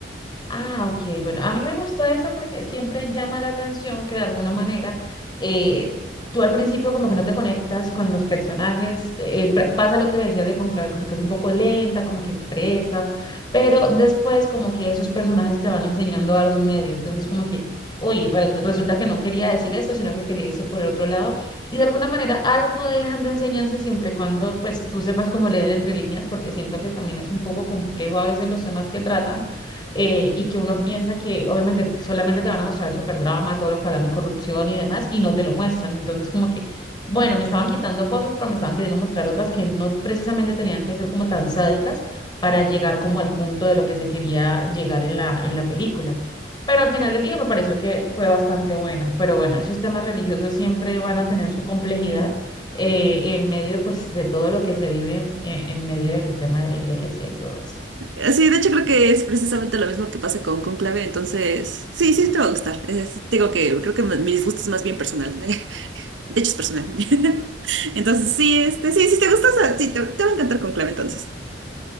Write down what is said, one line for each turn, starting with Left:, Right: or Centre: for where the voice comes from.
Left: Ah, ok. Bueno, a mí me gustó eso porque siempre llama la atención que de alguna manera eh, tú al principio como que no te conectas con los personajes. eh, pa- pasa lo que me decías de Conclave, como que es un poco lenta, como que presa, pero después como que esos personajes te van enseñando algo en medio. Entonces como que, uy, re- resulta que no quería decir eso, sino que quería irse por el otro lado. Y de alguna manera algo dejan de enseñanza siempre y cuando pues tú sepas cómo leer entre líneas, porque siento que también es un poco complejo a veces los temas que tratan eh, y que uno piensa que obviamente solamente te van a mostrar el superdrama, todo lo que hablan de corrupción y demás, y no te lo muestran. Entonces, como que, bueno, me estaban quitando cosas, pero me estaban queriendo mostrar otras que no precisamente tenían que ser como tan sádicas para llegar como al punto de lo que se quería llegar en la, en la película. Pero al final del día me pareció que fue bastante buena. Pero bueno, esos temas religiosos siempre van a tener su complejidad eh, en medio pues de todo lo que se vive eh, en medio del tema de la iglesia y todo esto.
Right: Eh, Sí, de hecho creo que es precisamente lo mismo que pasa con Cónclave, entonces, sí, sí te va a gustar. Es- digo que creo que mi mi disgusto es más bien personal. <laughs> De hecho, es personal. <laughs> Entonces, sí, este, sí, si te gusta, o sea, sí, te, te va a encantar Cónclave, entonces.